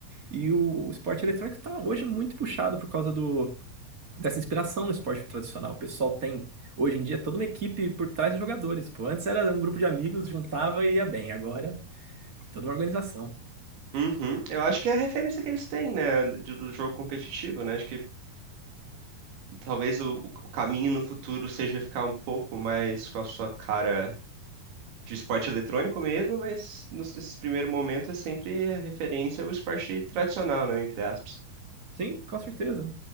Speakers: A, on the right (about 30°); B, on the right (about 85°).
A: E o, o esporte eletrônico tá hoje muito puxado por causa do. dessa inspiração no esporte tradicional. O pessoal tem, hoje em dia, toda uma equipe por trás dos jogadores. Pô, antes era um grupo de amigos, juntava e ia bem. Agora é toda uma organização.
B: Uhum. Eu acho que é a referência que eles têm, né, de- do jogo competitivo, né? Acho que Talvez o, o caminho no futuro seja ficar um pouco mais com a sua cara de esporte eletrônico mesmo, mas nos- nesse primeiro momento é sempre a referência ao esporte tradicional, né? Entre aspas.
A: Sim, com certeza.